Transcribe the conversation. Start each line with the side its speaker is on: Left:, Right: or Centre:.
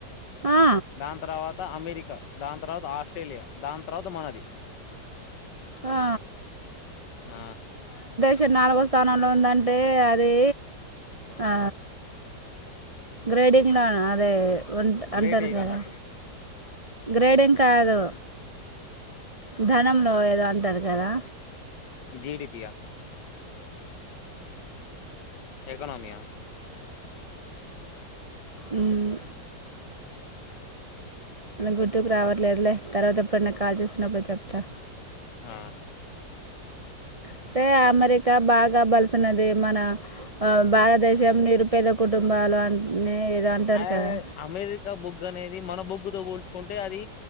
Right: ఆ
Left: దాని తర్వాత అమెరికా దాని తర్వాత ఆస్ట్రేలియా దాని తర్వాత మనది
Right: ఆ
Left: ఆ
Right: చి నాలుగో స్థానంలో ఉందంటే అదీ ఆ గ్రేడింగ్ లోన్ అదే ఉం
Left: గ్రేట్
Right: అంటారు
Left: ఇగ
Right: కదా
Left: అన్నట్టు
Right: గ్రేడింగ్ కాదు ధనంలో ఏదో అంటారు కదా
Left: జీడిపియా ఎకనమియా
Right: ఉమ్ గుర్తుకు రావట్లేదులే తర్వాత ఎప్పుడన్నా కాల్ చేస్తున్నప్పుడు చెప్తా
Left: ఆ
Right: అంటే
Left: గట్లా
Right: అమెరికా బాగా బల్ వున్నది మన ఆ భారతదేశం నిరుపేద కుటుంబాలు అని ఏదో అంటారు
Left: అ
Right: కదా
Left: అమెరికా బు బొగ్ అనేది మన బొగ్గుతో పోల్చుకుంటే అది